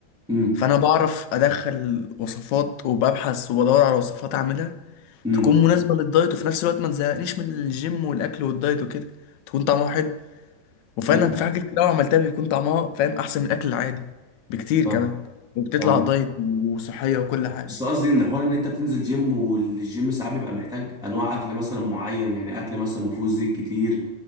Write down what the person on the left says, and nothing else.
فانا بعرف ادخل وصفات وببحث وبدور على وصفات اعملها
تكون مناسبه للدايت وفي نفس الوقت ما تزهقنيش من الجيم والاكل والدايت وكده تكون طعمها حلو وفعلا
في حاجات كتير قوي عملتها بيكون طعمها فاهم احسن من الاكل العادي بكتير
كمان وبتطلع
دايت وصحيه وكل حاجه